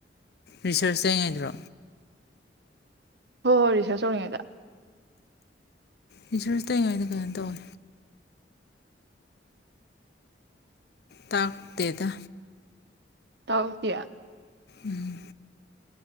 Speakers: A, on the left; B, on the right.
A: ꯔꯤꯁꯔꯁ ꯇꯧꯉꯩꯗ꯭ꯔꯣ
B: ꯍꯣ ꯍꯣꯏ ꯔꯤꯁ꯭ꯔꯁ ꯇꯧꯔꯤꯉꯩꯗ
A: ꯔꯤꯁ꯭ꯔꯁ ꯇꯧꯔꯤ ꯉꯥꯏꯗ ꯀꯩꯅꯣ ꯇꯧꯋꯦ ꯇꯥꯛꯇꯦꯗ
B: ꯇꯧ <unintelligible>
A: ꯎꯝ